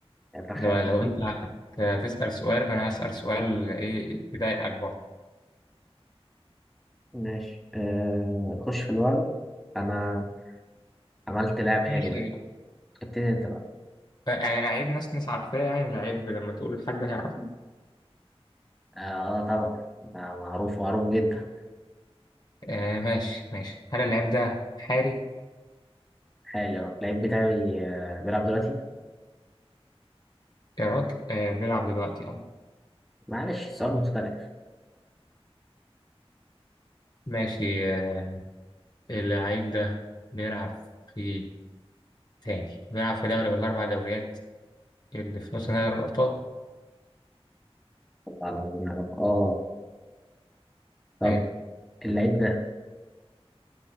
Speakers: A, in the centre; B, on the left.
A: يعني الرخامه
B: لو لو انت هت- هتسال سؤال فانا هسال سؤال ايه يضايقك برضه
A: ماشي آه خش في الوعد انا عملت لعب حلو
B: ماشي
A: يعني ابتدي انت بقى
B: ف- يعني لعيب ناس ناس عارفاه يعني لعيب لما تقول لحد هيعرفه
A: اه آه طبعا ده معروف معروف جدا
B: آه ماشي ماشي هل اللعيب ده حالي
A: حالي اه اللعيب بتاعي آه بيلعب دلوقتي
B: يا راجل آه بيلعب دلوقتي اه
A: معلش سؤال مختلف
B: ماشي آه اللعيب ده بيلعب في تاني بيلعب في دوري من الاربع دوريات اللي في نص نهائي دوري الابطال
A: والله العظيم يا رب اه طب
B: حلو
A: اللعيب ده